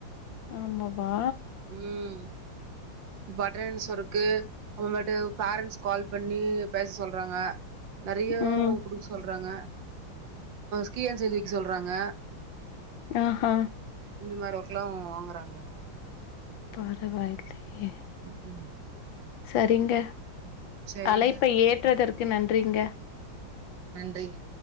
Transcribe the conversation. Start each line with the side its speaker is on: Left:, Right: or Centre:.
Left: ஆமாவா
Right: ம் பட்டரன்ஸ் ஒர்க்கு அப்ரோமேட்டு பேரண்ட்ஸ் கால் பண்ணி பேச சொல்றாங்க நெறைய
Left: ம்.
Right: குடுக்க சொல்றாங்க கீஆன்ஸ் எழுதி வக்க சொல்றாங்க
Left: ஆஹ
Right: இந்த மாரி ஒர்க்கல்லா வாங்குறாங்க
Left: பரவாயில்லயே
Right: ம்
Left: சரிங்க
Right: சரிங்க
Left: அழைப்ப ஏற்றதற்கு நன்றிங்க
Right: நன்றிங்க